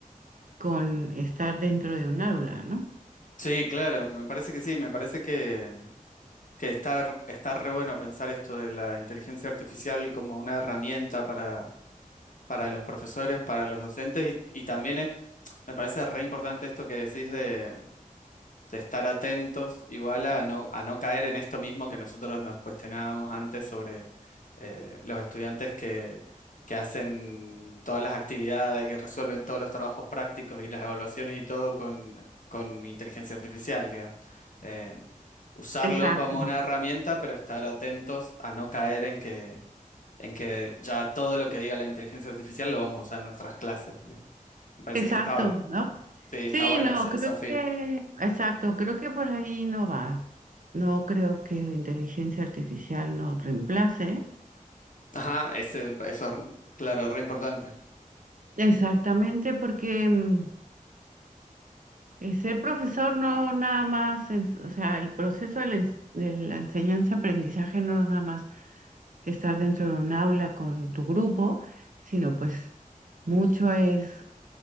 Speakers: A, on the right (about 70°); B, on the left (about 65°).
A: con estar dentro de un aula, ¿no?
B: Sí, claro, me parece que sí, me parece que, que está, r- está re bueno pensar esto de la inteligencia artificial como una herramienta para, para los profesores, para los docentes y, y también es Me parece re importante esto que decís de, de estar atentos, igual a no, a no caer en esto mismo que nosotros nos cuestionábamos antes sobre eh, los estudiantes que, que hacen todas las actividades y resuelven todos los trabajos prácticos y las evaluaciones y todo con, con inteligencia artificial, digamos. Eh, usarlo
A: Exacto,
B: como una herramienta, pero estar atentos a no caer en que, en que ya todo lo que diga la inteligencia artificial lo vamos a usar en nuestras clases, digamos. Me parece
A: exacto,
B: que está,
A: ¿no?
B: Sí, está
A: Sí,
B: bueno
A: no,
B: ese
A: creo
B: desafío.
A: que, exacto, creo que por ahí no va. No creo que la inteligencia artificial nos reemplace.
B: Ajá, ese, eso, claro, re importante.
A: Exactamente, porque mm, eh, ser profesor no nada más, ens- o sea, el proceso de la, ens- de la enseñanza-aprendizaje no es nada más estar dentro de un aula con tu grupo, sino pues mucho es